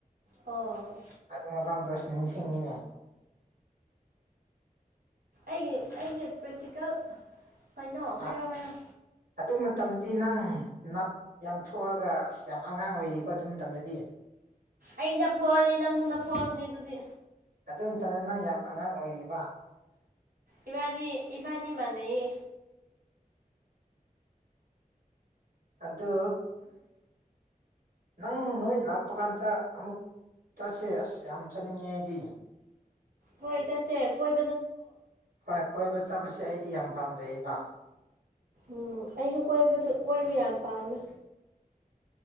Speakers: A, on the right (about 75°); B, on the right (about 85°).
A: ꯑꯣ
B: ꯑꯗꯨ ꯃꯐꯝꯗꯣ ꯁꯤ ꯅꯤꯡꯁꯤꯡꯒꯤꯅꯦ <inaudible>
A: ꯑꯩꯒꯤ ꯑꯩꯁꯦ ꯄ꯭ꯔꯦꯛꯇꯤꯀꯦꯜ ꯀꯩꯅꯣ
B: ꯍꯥ
A: ꯍꯥꯏꯌꫭ ꯍꯥꯏꯌꫭ
B: ꯑꯗꯨ ꯃꯇꯝꯗꯤ ꯅꯪ ꯅꯞ ꯌꯥꯝ ꯊꯣꯛꯑꯒ ꯑꯁ ꯌꯥꯝ ꯑꯉꯥꯡ ꯑꯣꯏꯔꯤꯀꯣ ꯑꯗꯨ ꯃꯇꯝꯗꯗꯤ
A: ꯑꯩꯅꯞ ꯊꫭꯛꯑꯗꯤ ꯅꯪꯁꯨꯅꯞ ꯊꫭꯛꯑꯝꯅꯤ ꯑꯗꯨꯗꯤ
B: ꯑꯗꯨꯝꯇꯗꯅ ꯌꯥꯝ ꯑꯉꯥꯡ ꯑꯣꯏꯔꯤꯕ
A: ꯏꯕꯥꯅꯤ ꯏꯕꯥꯅꯤ ꯃꯥꯅꯩꯌꯦ
B: ꯑꯗꯨ ꯅꯪ ꯅꯣꯏ ꯂꯥꯛꯄ ꯀꯥꯟꯗ ꯑꯃꯨꯛ ꯆꯠꯁꯦ ꯑꯁ ꯌꯥꯝ ꯆꯠꯅꯤꯡꯉꯦ ꯑꯩꯗꯤ
A: ꯍꯣꯏ ꯆꯠꯁꯦ ꯀꯣꯏ
B: ꯍꯣꯏ ꯀꯣꯏꯕ ꯆꯥꯠꯄꯁꯦ ꯑꯩꯗꯤ ꯌꯥꯝ ꯄꯥꯝꯖꯩꯕ
A: ꯎꯝ ꯑꯩꯁꯨ ꯀꯣꯏꯕꯗꯨ ꯀꯣꯏꯕ ꯌꯥꯝ ꯄꯥꯝꯃꯦ